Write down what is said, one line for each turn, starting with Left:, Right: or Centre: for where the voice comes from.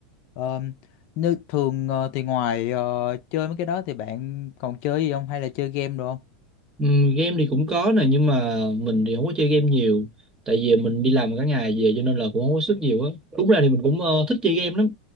Left: Ờ, nếu thường ờ, thì ngoài ờ, chơi mấy cái đó thì bạn còn chơi gì không hay là chơi game được không?
Right: Ừm, game thì cũng có nè nhưng mà mình thì không có chơi game nhiều tại vì mình đi làm cả ngày về cho nên là cũng không có sức nhiều á đúng ra thì mình cũng ờ, thích chơi game lắm